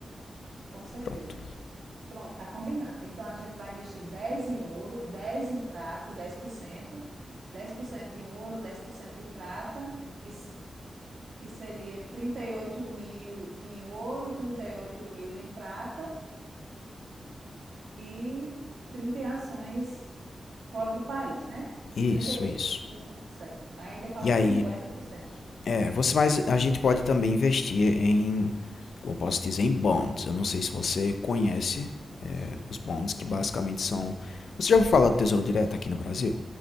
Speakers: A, on the right (about 75°); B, on the left (about 85°).
A: com certeza
B: Pronto.
A: mesmo. Pronto, tá combinado. Então a gente vai investir 10 em ouro, 10 em prata, dez dez por cento, dez por cento em ouro, 10% em prata, que, s- que seria trinta e oito mil em ouro, trinta e oito mil em prata e 30 em ações fora do país, né?
B: Isso,
A: Trinta
B: isso.
A: por cento, certo. Ainda falta
B: E aí,
A: 50%.
B: é, você, mas a gente pode também investir em, como eu posso dizer, em bonds. Eu não sei se você conhece é, os bonds, que basicamente são. Você já ouviu falar
A: Com essas?
B: do Tesouro Direto aqui no Brasil?